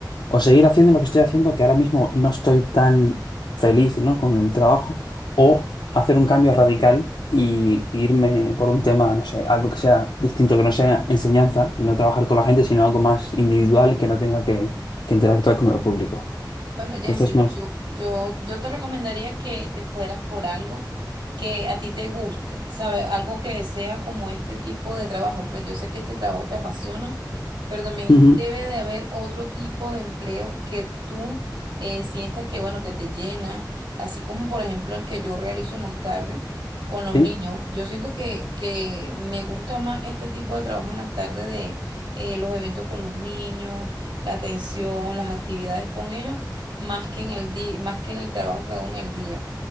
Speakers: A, on the left; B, on the right.
A: o seguir haciendo lo que estoy haciendo, que ahora mismo no estoy tan feliz, ¿no? Con el trabajo, o hacer un cambio radical y irme por un tema, no sé, algo que sea distinto, que no sea enseñanza y no trabajar con la gente, sino algo más individual que no tenga que, que interactuar con el público.
B: Bueno, Jensen,
A: Entonces, no.
B: yo, yo, yo te recomendaría que te fueras por algo que a ti te guste, ¿sabes? Algo que sea como este tipo de trabajo. Pues yo sé que este trabajo te apasiona, pero también
A: Ujú.
B: debe de haber otro tipo de empleo que tú eh, sientas que, bueno, que te llena, así como por ejemplo el que yo realizo en las tardes con los
A: ¿Sí?
B: niños. Yo siento que, que me gusta más este tipo de trabajo en las tardes de eh, los eventos con los niños, la atención, las actividades con ellos, más que en el día, más que en el trabajo que hago en el día.